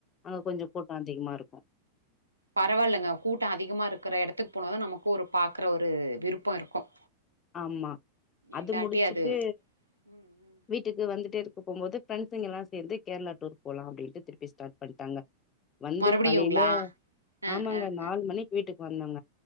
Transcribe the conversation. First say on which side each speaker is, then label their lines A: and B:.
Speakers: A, on the left (about 25°); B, on the right (about 85°).
A: அங்க கொஞ்ச கூட்ட அதிகமா இருக்கு
B: பரவாயில்லங்க கூட்ட அதிகமா இருக்கிற இடத்துக்கு போனதா நமக்கு ஒரு பாக்கற ஒரு விருப்ப இருக்கும்
A: ஆமா அது
B: இல்லாட்டி
A: முடிச்சுட்டு
B: அது ம் ம்
A: வீட்டுக்கு வந்துட்டே இருக்க போம்போது ஃபிரெண்டஸ்ங்கல்லாம் சேந்து கேரளா டூர் போலாம் அப்படின்ட்டு திருப்பி ஸ்டார்ட் பண்ட்டாங்க வந்து
B: மறுபடியுங்களா
A: காலைல
B: அ
A: ஆமாங்க
B: அ
A: நாலு
B: அ
A: மணிக்கு வீட்டுக்கு வந்தோங்க